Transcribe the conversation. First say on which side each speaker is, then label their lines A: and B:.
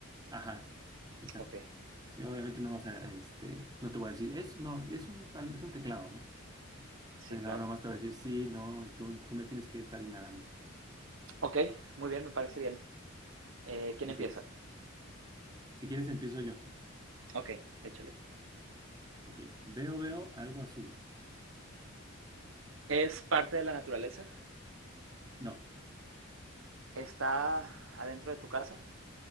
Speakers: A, on the right; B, on the right.
A: ajá, exacto.
B: Ok,
A: Sí, obviamente no vas a, a, este, no te voy a decir, es, no, es un tal, es un teclado, ¿no?
B: sí,
A: Sí, no,
B: claro.
A: nomás te va a decir sí, no, y tú, tú me tienes que estar indagando.
B: Ok, muy bien, me parece bien. Eh, ¿quién
A: Ok,
B: empieza?
A: si quieres empiezo yo.
B: Ok, échale.
A: Ok, veo, veo algo azul.
B: ¿Es parte de la naturaleza?
A: No,
B: ¿Está adentro de tu casa?